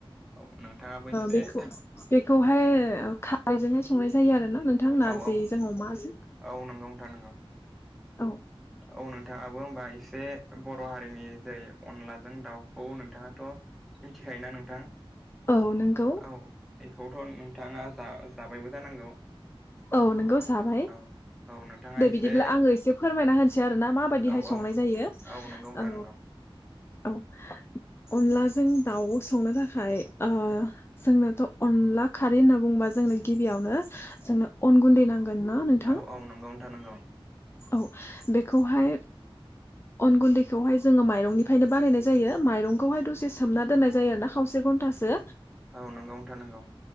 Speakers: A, in the centre; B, on the left.
A: औ नोंथाङाबो एसे
B: बेखौ बेखौहाय खारैजोंहाय संनाय जायो आरो ना नोंथां
A: औ
B: नारजिजों
A: औ
B: अमाजों
A: औ नंगौ नोंथां नोंगौ।
B: औ
A: औ नोंथाङाबो होमबा एसे बर' हारिनि जेरै अनलाजों दाउखौ नोंथाङाथ' मिथिखायोना नोंथां
B: औ नोंगौ
A: औ बेखौथ' नोंथाङा जा जाबायबो जानांगौ
B: औ नोंगौ साबाय
A: औ औ नोंथाङा
B: दे
A: एसे
B: बिदिब्ला आङो एसे फोरमायना होनसै आरोना माबायदिहाय
A: औ
B: संनाय
A: औ
B: जायो
A: नंगौ नोंथां
B: औ
A: नंगौ
B: औ अनलाजों दाउ संनो थाखाय जोंनोथ' अनला खारै होनना बुंबा जोंनो गिबियावनो जोंनो अन गुन्दै नांगोन ना नोंथां
A: औ औ नंगौ नोंथां नंगौ
B: औ बेखौहाय अन गुन्दैखौहाय जोङो माइरंनिफ्रायनो बानायनाय जायो माइरंखौहाय दसे सोमना दोननाय जायो आरोना खावसे घन्टासो
A: औ नंगौ नोंथां नांगौ